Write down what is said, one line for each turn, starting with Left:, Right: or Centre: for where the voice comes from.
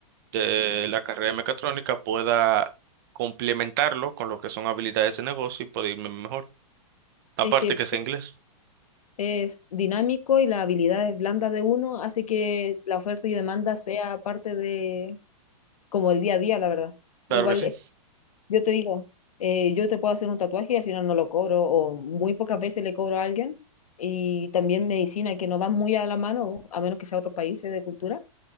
Right: de la carrera de mecatrónica, pueda complementarlo con lo que son habilidades de negocio y poder irme mejor. Aparte
Left: Es que
Right: que sea inglés.
Left: es dinámico y las habilidades blandas de uno hace que la oferta y demanda sea parte de como el día a día, la verdad.
Right: Claro
Left: Igual
Right: que sí.
Left: eh, yo te digo, eh, yo te puedo hacer un tatuaje y al final no lo cobro o muy pocas veces le cobro a alguien y también medicina que no va muy a la mano, a menos que sea otros países de cultura.